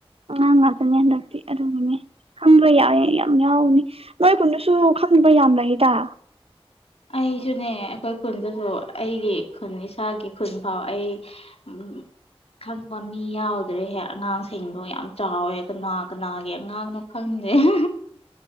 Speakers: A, on the right; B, on the left.
A: ꯑꯉꯥꯡ ꯉꯥꯛꯇꯅꯦ ꯑꯗꯨꯒꯤꯅꯦ ꯍꯟꯗꯛꯇꯤ <unintelligible> ꯈꯪꯕ꯭ꯔꯥ ꯌꯥꯎꯏ ꯌꯥꯝ ꯌꯥꯎꯅꯤ ꯅꯣꯏ ꯈꯨꯟꯗꯨꯁꯨ ꯈꯪꯗꯕ꯭ꯔꯥ ꯌꯥꯝꯕ꯭ꯔꯥ ꯍꯦꯗ <unintelligible>
B: ꯑꯩꯁꯨꯅꯦ ꯑꯩꯈꯣꯏ ꯈꯨꯟꯗꯁꯨ ꯑꯩꯒꯤ ꯈꯨꯟ ꯏꯁꯥꯒꯤ ꯈꯨꯟ ꯐꯥꯎ ꯑꯩ ꯎꯝ <unintelligible> ꯈꯪꯕ ꯃꯤ ꯌꯥꯎꯗ꯭ꯔꯦꯍꯦ ꯑꯉꯥꯡꯁꯤꯡꯗꯣ ꯌꯥꯝ ꯆꯥꯎꯋꯦ ꯀꯅꯥ ꯀꯅꯥꯒꯤ ꯑꯉꯥꯡꯅꯣ ꯈꯪꯗꯔꯦ ꯑꯍꯦ